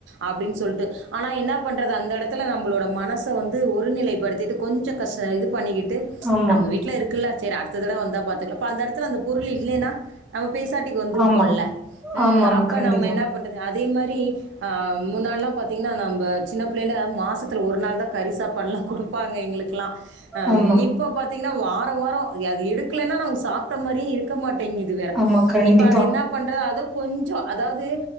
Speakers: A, on the right (about 75°); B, in the centre.
A: அப்டின்னு சொல்டு ஆனா என்னா பண்றது அந்த எடத்துல நம்பளோட மனச வந்து ஒருநிலைப்படுத்திட்டு கொஞ்சோ கஷ் இது பண்ணிக்கிட் டு
B: ஆமா
A: நம்ம வீட்ல இருக்குல்ல சேர் அடுத்ததடவ வந்தா பாத்துக்லா அப்ப அந்த எடத் துல அந்த பொருள் இல்லன்னா நமக் பேசாட்டிக்கு வந்துருப்போல்ல
B: ஆமா
A: ம்
B: ஆமா ஆமா
A: அப்ப
B: கண்டிப்பா
A: நம்ம என்னா பண்றது அது அதே மாரி முன்னால்லா பாத்திங்ன்னா நம்ப சின்ன புள்ளைல மாசாத்ல ஒரு நாள் தா கரி சாப்பாட்லா குடுப்பாங்க எங்களுக்குலா ம்
B: ஆமா
A: இப்போ பாத்தீங் வாரோ வாரோ அது எடுக்கலன்னா நாங்க சாப் ட மாரியே இருக்க மாட் ட்டேங்குது வேற
B: ஆமா கண்டிப்பா
A: இப்ப அது என்னா பண்றது அது கொஞ்சோ அதாவது